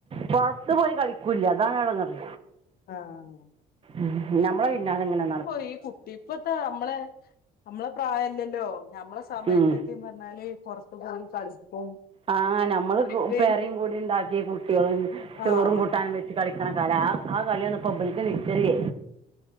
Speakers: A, on the right; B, on the left.
A: പൊറത്ത് പോയി കളിക്കൂല്ല. അതാണ് എടങ്ങറ്
B: ആഹ്
A: ഉം നമ്മളെ വീട്ടിനാത്തെങ്ങനാ
B: ഓ ഈ കുട്ടി ഇപ്പത്താ നമ്മളെ നമ്മള പ്രായല്ലല്ലോ ഞമ്മളെ സമയത്തൊക്കെയും
A: ഉം.
B: പറഞ്ഞാല് പൊറത്തു പോയി കളിക്കും
A: ആഹ് നമ്മള്
B: ഓര്ക്ക്
A: കു പേറയും കൂടിയുണ്ടാക്കി കുട്ടികളും ചോറും
B: ആഹ്
A: കൂട്ടാനും വെ ച്ച് കളിക്കണ കാലാ ആഹ് കളിയൊന്നും ഇപ്പ ഇബൾക്ക് നിച്ചല്ലേ